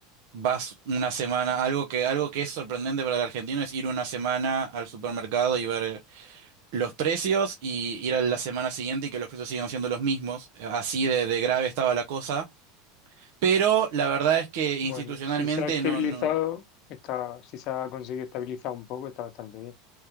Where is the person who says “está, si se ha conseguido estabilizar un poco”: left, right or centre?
Left